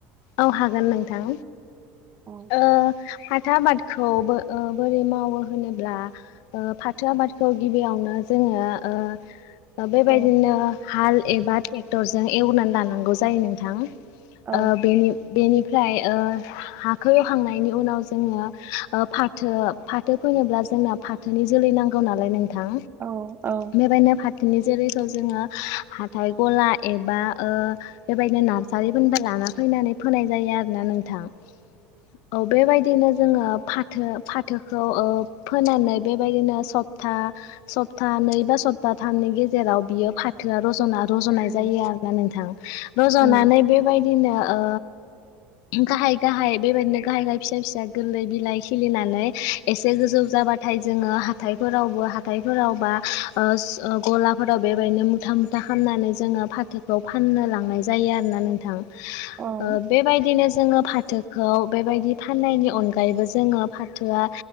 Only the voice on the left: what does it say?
औ हागोन नोंथां
ओ फाथो आबादखौ बोरै मावो होनोब्ला फाथो आबादखौ गिबियावनो जों ओ ओ बेबायदिनो
हाल एबा ट्रेक्टरजों एवनानै लानांगौ जायो नोंथां ।
बे बेनिफ्राय ओ हाखो एवखांनायनि उनाव जोङो फाथो फाथो फोनोब्ला जोंनो फाथोनि जोलै नांगौ नालाय नोंथां
बेबायनो फाथो बिनि जोलैखौ जोङो हाथाय गला एबा ओ बेबायदिनो नारसारिफोरनिफ्राय लाना फैनानै फोनाय जायो आरोना नोंथां औ बेबायदिनो जोङो फाथो फाथोखौ औ फोनानै बेबायदिनो सप्ताह सप्ताह नै बा सप्ताथामनि गेजेराव बियो फाथोआ रजना रज'नाय
जायो आरोना नोंथां रज'नानै
बेबायदिनो ओ गाहाय गाहाय बेबायदिनो गाहाय गाहाय फिसा फिसा गोरलै बिलाइ खिलिनानै एसे गोजौ जाबाथाय जोङो हाथायफोरावबो‌ हाथायफोरावबा ओ गलाफोराव बेबायदिनो मुथा मुथा ख खालामनानै जोङो फाथोखौ फाननो लांनाय जायो आरोना नोंथां ।
बेबायदिनो जोङो फाथो फाथोखौ बेबायदि फाननायनि अनगायैबो जोङो फाथोआ